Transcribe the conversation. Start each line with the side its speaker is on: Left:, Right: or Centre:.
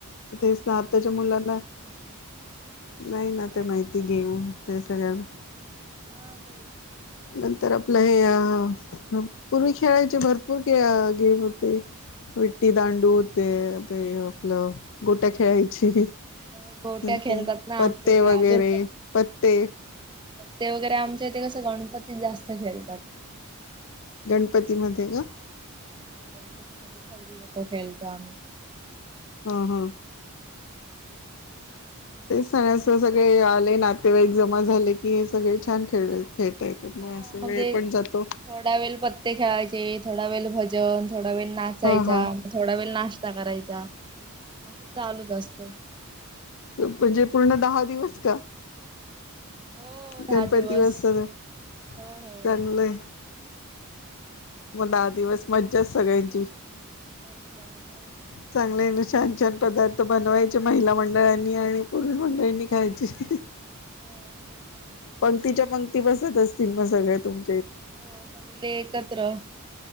Left: तेच ना आताच्या मुलांना, नाही ना
Right: काय
Left: ते
Right: म्हणतात
Left: माहिती गेम ते सगळं.
Right: हा तेच.
Left: नंतर आपलं हे अ पूर्वी खेळायचे भरपूर गेम होते. विट्टी दांडू होते ते आपलं गोट्या खेळायची.
Right: हो गोट्या
Left: नंतर
Right: खेलतात ना
Left: पत्ते
Right: आमच्या इकडे
Left: वगैरे
Right: अजून पण.
Left: पत्ते
Right: पत्ते वगैरे आमच्या इथे कसं गणपती जास्त खेळतात.
Left: गणपतीमध्ये का?
Right: हा गणपती मध्ये सगळी लोक खेळतो आम्ही.
Left: हा हा. तेच
Right: सगळी
Left: सगळ्यांचे
Right: एकत्र
Left: सगळे आले नातेवाईक जमा झाले की, हे सगळे छान खेळ खेळता येतात मग
Right: म्हणजे,
Left: अस वेळ पण जातो
Right: थोडा वेल पत्ते खेळायचे थोडा वेळ भज जन थोडा वेळ नाचायचा,
Left: हा हा
Right: थोडा वेळ नाश्ता करायचा. असं चालूच असत.
Left: म्हणजे पूर्ण दहा दिवस का?
Right: हो दहा
Left: गणपती
Right: दिवस
Left: <unintelligible>
Right: हो हो
Left: चांगलंय. मग दहा दिवस मज्जात सगळ्यांची.
Right: मज्जा मग
Left: चांगल्याने छान छान! पदार्थ बनवायचे महिला मंडळांनी आणि पुरुष मंडळींनी खायचे.
Right: हो तेच ना
Left: पंक्तीच्या पंक्ती बसत असतील मग सगळ्या तुम
Right: हो, सगळे एकत्र